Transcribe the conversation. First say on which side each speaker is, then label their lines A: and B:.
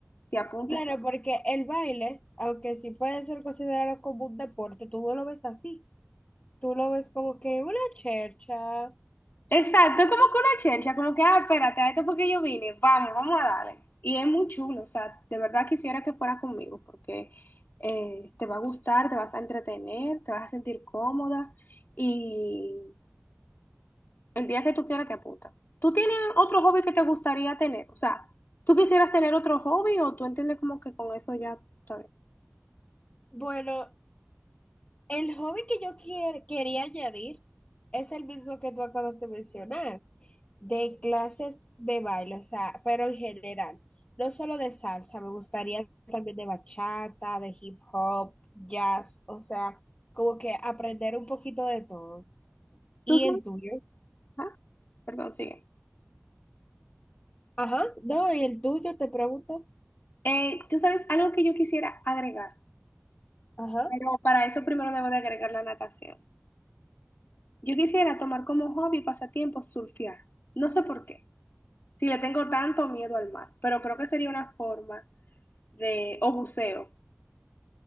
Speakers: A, on the left; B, on the left.
A: te apuntes
B: Claro, porque el baile, aunque sí puede ser considerado como un deporte, tú no lo ves así. Tú lo ves como que una chercha.
A: Exacto, es como que una chelcha, como que, ah, espérate, a esto porque yo vine, vamos, vamos a darle. Y es muy chulo, o sea, de verdad quisiera que fuera conmigo, porque eh, te va a gustar, te vas a entretener, te vas a sentir cómoda y el día que tú quieras te apunta. ¿Tú tienes otro hobby que te gustaría tener? O sea, ¿tú quisieras tener otro hobby o tú entiendes como que con eso ya está bien?
B: Bueno, el hobby que yo quier- quería añadir es el mismo que tú acabas de mencionar, de clases de baile, o sea, pero en general, no solo de salsa, me gustaría también de bachata, de hip hop, jazz, o sea, como que aprender un poquito de todo. ¿Y
A: ¿Tú sabes?
B: el tuyo?
A: ajá, Perdón, sigue.
B: Ajá, no, ¿y el tuyo? Te pregunto.
A: Eh, ¿tú sabes algo que yo quisiera agregar?
B: Ajá.
A: Pero para eso primero debo de agregar la natación. Yo quisiera tomar como hobby, y pasatiempo, surfear. No sé por qué. Si le tengo tanto miedo al mar, pero creo que sería una forma de, o buceo.